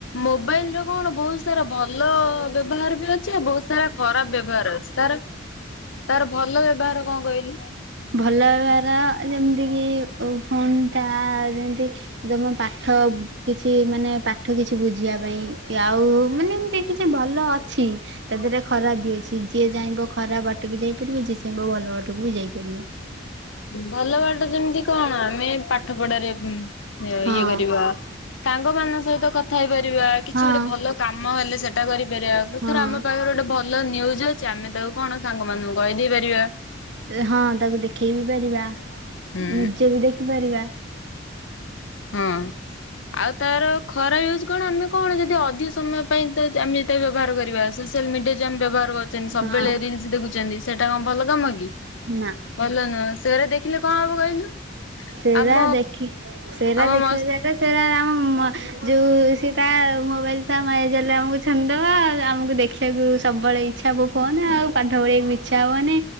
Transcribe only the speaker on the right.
ଭଲ ବ୍ୟବହାର ଯେମିତି କି ଫୋନ ଟା ଯେମିତି ତମ ପାଠ କିଛି ମାନେ ପାଠ କିଛି ବୁଝିବା ପାଇଁ ଆଉ ମାନେ ଏମିତି କିଛି ଭଲ ଅଛି। ତା ଦେହରେ ଖରାପ ବି ଅଛି ଯିଏ ଚାଇଁବ ଖରାପ ବାଟକୁ ଯାଇପାରିବ ଯିଏ ଚାହିଁବ ଭଲ ବାଟକୁ ବି ଯାଇପାରିବ।
ହଁ
ହଁ
ହଁ
ହଁ ତାକୁ ଦେଖେଇ ବି ପାରିବା
ନିଜେ ବି ଦେଖି ପାରିବା।
ହଁ
ନା।
ସେରା
ଦେଖି ସେରା
ଦେଖିଲା
ଯାଏ ସେଟା ଆମ ଯୋଉ ସେ ତା ମୋବାଇଲ ତା ମାୟାଜାଲରେ ଆମକୁ ଛନ୍ଦିଦବ ଆ ଆମକୁ ଦେଖି ଦେଖିଆକୁ ସବୁବେଳେ ଇଚ୍ଛା ହବ ଫୋନ ଆଉ ପାଠ ପଢିବାକୁ ଇଚ୍ଛା ହବନି